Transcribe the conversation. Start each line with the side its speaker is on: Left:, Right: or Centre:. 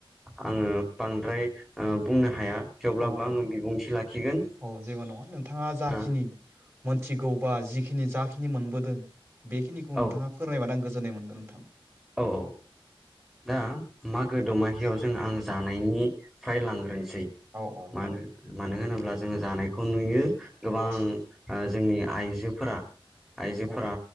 Centre: आङो बांद्राय बुंनो हाया थेवब्लाबो
Right: औ
Centre: आङो बिबुंथि लाखिगोन
Right: औ औ जेबो नङा नोंथाङा जाखिनि
Centre: ओ
Right: मोनथिगौबा जिखिनि जाखिनि मोनबोदों बेखिनिखौ नोंथाङा
Centre: औ
Right: फोरमायबानो आं गोजोननाय मोनगोन नोंथां
Centre: औ औ दा मागो दमाहियाव जों आं जानायनिफ्राय लांग्रोनोसै
Right: औ औ
Centre: मानो होनोब्ला जोङो जानायखौ नुयो गोबां
Right: औ
Centre: जोंनि आइजोफोरा आइजोफोरा
Right: औ